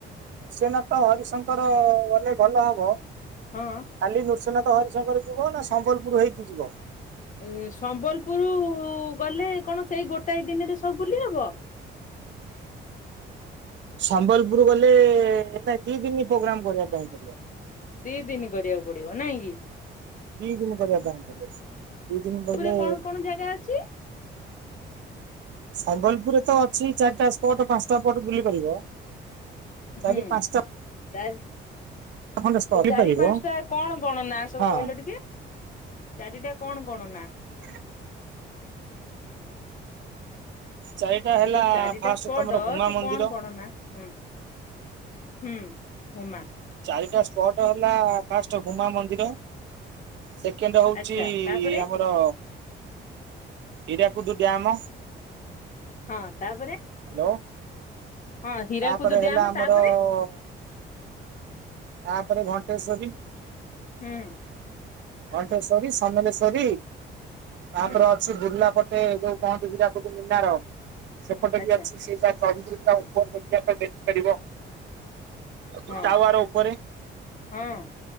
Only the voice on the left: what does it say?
ହଁ
ଏ ସମ୍ବଲପୁର ଗଲେ କଣ ସେଇ ଗୋଟାଏ ଦିନରେ ସବୁ ବୁଲି ହବ?
ଦି ଦିନ କରିବାକୁ ପଡିବ ନାଇଁ କି?
ପୁରୀରେ କଣ କଣ ଜାଗା ଅଛି
ହୁଁ
ଚାରି
ସେ
ଚାରି
ପାଞ୍ଚଟା କଣ କଣ ନା ସବୁ
କହିଲ ଟିକେ। ଚାରିଟା କଣ କଣ ନା?
ସେ ଯୋଉ ଚାରିଟା
ସ୍ପଟ
ସେ
କଣ କଣ ନା ହୁଁ? ହୁଁ ହମା।
ଆଚ୍ଛା ତାପରେ
ହଁ ତାପରେ
ହଁ ହୀରାକୁଦ
ଡ୍ୟାମ
ତାପରେ
ହୁଁ।
ହୁଁ
ଆଚ୍ଛା
ହଁ
ହଁ